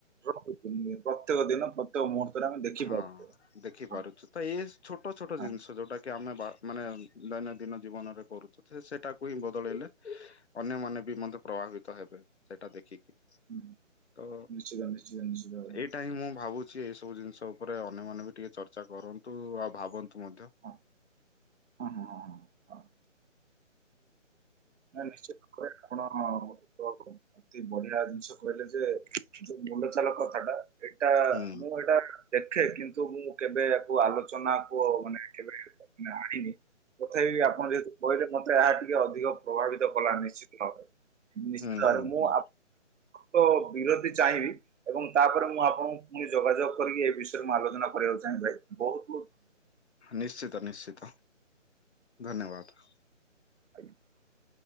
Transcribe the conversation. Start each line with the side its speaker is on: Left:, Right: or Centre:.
Right: ହଁ। ପ୍ରତ୍ୟେକ ଦିନ ପ୍ରତ୍ୟେକ ମୁହୂର୍ତ୍ତରେ ଆମେ ଦେଖିପାରୁଛେ
Left: ହଁ ଦେଖିପାରୁଚୁ
Right: ହଁ
Left: ତ ଏ ଛୋଟ ଛୋଟ
Right: ହଁ
Left: ଜିନିଷ ସେ ଯୋଉକି ଆମେ ମାନେ ଦୈନନ୍ଦିନ ଜୀବନରେ କରୁଚି ସେଟାକୁ ହିଁ ବଦଳେଇଲେ ଅନ୍ୟମାନେ ବି ମତେ ପ୍ରଭାବିତ ହେବେ ସେଇଟା ଦେଖିକି। ତ
Right: ହୁଁ, ନିଶ୍ଚିତ ନିଶ୍ଚିତ ନିଶ୍ଚିତ ଭାବରେ
Left: ଏଇଟା ହିଁ ମୁଁ ଭାବୁଚି ଛି ଏଇ ସବୁ ଜିନିଷ ଉପରେ ଅନ୍ୟମାନେନ ବି ଟିକେ ଚର୍ଚ୍ଚା କରନ୍ତୁ, ଆଉ ଭାବ ମଧ୍ୟ
Right: ହଁ ହଁ ହଁ ହଁ ହଁ ନା ନିଶ୍ଚିତ କରେ ଆପଣ ଅତି ବଢିଆ ଜିନିଷ କହିଲେ ଯେ ମୁଣ୍ଡ ଚାଲ କଥାଟା ଏଇଟା
Left: ହୁଁ
Right: ମୁଁ ଏଇଟା ଦେଖେ କିନ୍ତୁ ମୁଁ କେବେ ଆଲୋଚନା କ ମାନେ କେବେ ଆଣିନି ତଥାପି ଆପଣ ଯେହେତୁ କହିଲେ ଏହା ଟିକେ ଅଧିକ ପ୍ରଭାବିତ କଲା ନିଶ୍ଚିତ ଭାବରେ ନିଶ୍ଚିତ
Left: ହୁଁ
Right: ଭାବରେ
Left: ହୁଁ
Right: ମୁଁ
Left: ହୁଁ
Right: ତ ବିରତି ଚାହିଁବି ଏବଂ ତାପରେ ମୁଁ ଆପଣଙ୍କୁ ପୁଣି ଯୋଗାଯୋଗ କରିକି ଏ ବିଷୟରେ ମୁଁ ଆଲୋଚନା କରିବାକୁ ଚାହିଁ ଭ ବୋହୁତ
Left: ନିଶ୍ଚିତ ନିଶ୍ଚିତ ଧନ୍ୟବାଦ।
Right: <inaudible>